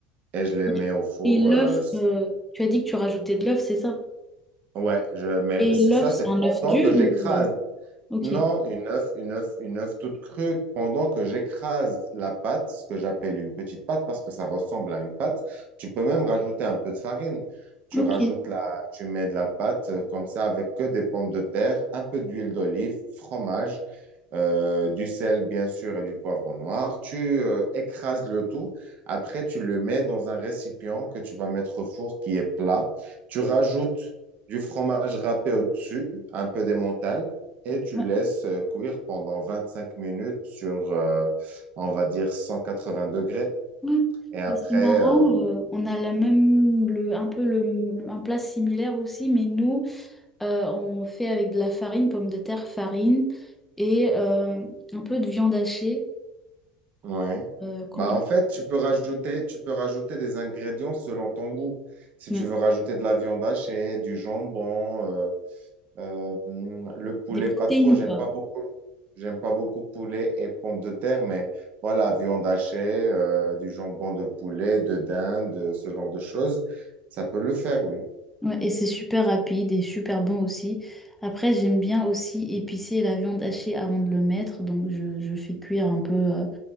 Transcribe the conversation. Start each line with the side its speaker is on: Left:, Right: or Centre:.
Right: Et je les
Centre: Et,
Right: mets au four
Centre: et l'œuf,
Right: euh,
Centre: euh, tu as dit que tu rajoutais de l'œuf, c'est ça?
Right: Ouais, je, mais
Centre: Et
Right: c'est
Centre: l'œuf,
Right: ça, c'est
Centre: c'est un œuf
Right: pendant
Centre: dur
Right: que j'écrase
Centre: ou... euh, Ok,
Right: non, une œuf, une œuf, une œuf toute crue. Pendant que j'écrase la pâte, ce que j'appelle une petite pâte parce que ça ressemble à une pâte, tu peux même rajouter un peu de farine. Tu
Centre: ok.
Right: rajoutes
Centre: Ouais,
Right: la, tu mets de la pâte euh, comme ça avec que des pommes de terre, un peu d'huile d'olive, fromage, euh, du sel bien sûr et du poivre noir. Tu euh, écrases le tout. Après, tu le mets dans un récipient que tu vas mettre au four qui est plat. Tu rajoutes du fromage râpé au-dessus, un peu d'emmental et tu
Centre: ouais,
Right: laisses euh, cuire pendant 25 minutes sur, euh, on va dire, 180 degrés.
Centre: ouais.
Right: Et après,
Centre: Bah, C'est marrant,
Right: euh,
Centre: euh, on a la même, le, un peu le, un plat similaire aussi, mais nous, euh, on fait avec de la farine, pommes de terre, farine et euh, un peu de viande hachée
Right: ouais.
Centre: euh, qu'on
Right: Bah,
Centre: en...
Right: en fait, tu peux rajouter, tu peux rajouter des ingrédients selon ton goût. Si
Centre: Ouais.
Right: tu veux rajouter de la viande hachée, du jambon, euh, euh, hum, le poulet,
Centre: Des protéines,
Right: pas trop, j'aime
Centre: quoi.
Right: pas beaucoup. J'aime pas beaucoup poulet et pommes de terre, mais voilà, viande hachée, euh, du jambon de poulet, de dinde, ce genre de choses, ça peut le faire, oui.
Centre: Ouais, et c'est super rapide et super bon aussi. Après, j'aime bien aussi épicer la viande hachée avant de le mettre. Donc, je, je fais cuire un peu euh,